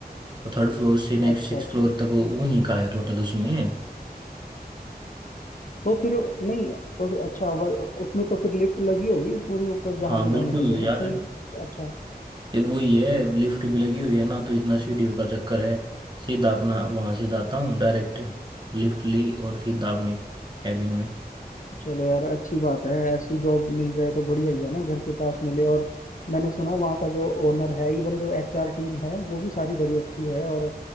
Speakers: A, on the right; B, on the left.
A: वो थर्ड फ्लोर से नेक्स्ट
B: अच्छा
A: सिक्स
B: अच्छा
A: फ्लोर तक वो वो नहीं का है टोटल उसमें
B: तो फिर नहीं तो अच्छा वर, उसमें तो फिर लिफ्ट लगी होगी पूरी ऊपर जहाँ
A: हाँ
B: भी
A: बिल्कुल
B: जाने के लिए
A: यार
B: ना सही अच्छा
A: ये वही है लिफ्ट भी लगी हुई है ना तो इतना सीढ़ियों का चक्कर है सीधा अपना वहां से जाता हूँ डायरेक्ट लिफ्ट ली और सीधा अपने कैबिन में
B: चलो यार अच्छी बात है ऐसी जॉब मिल जाए तो बढ़िया ही है ना घर के पास मिले और मैंने सुना वहाँ का जो ओनर है इवन जो एचआर टीम है वो भी सारी बड़ी अच्छी है और